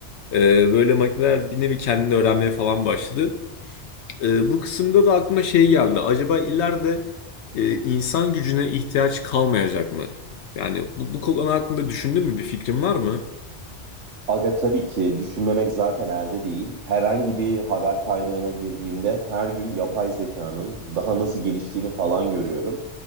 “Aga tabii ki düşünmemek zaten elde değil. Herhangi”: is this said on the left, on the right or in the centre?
Right